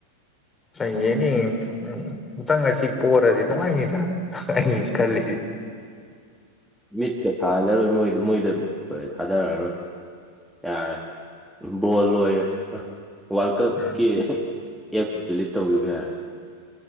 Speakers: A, on the left; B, in the centre.
A: ꯆꯪꯉꯦꯅꯦ ꯎꯇꯪ ꯉꯁꯤ ꯄꯔꯗꯤ ꯅꯨꯡꯉꯥꯏꯅꯤꯗ ꯑꯩ ꯈꯜꯂꯤꯁꯤ
B: ꯃꯤꯠꯀ ꯁꯥꯍꯜꯂꯔꯣꯏ ꯃꯣꯏꯗ ꯃꯣꯏꯗ ꯑꯗꯨꯝ ꯇꯣꯏꯂꯦꯠ ꯊꯥꯗꯔꯛꯑꯔꯣꯏ ꯌꯥꯔꯦ ꯕꯣꯜ ꯂꯣꯏꯒ꯭ꯔꯦ ꯋꯥꯔꯜ ꯀꯞꯀꯤ
A: ꯎꯝ
B: ꯑꯦꯞꯁ ꯗꯤꯂꯤꯠ ꯇꯧꯕꯤꯕ ꯌꯥꯔꯦ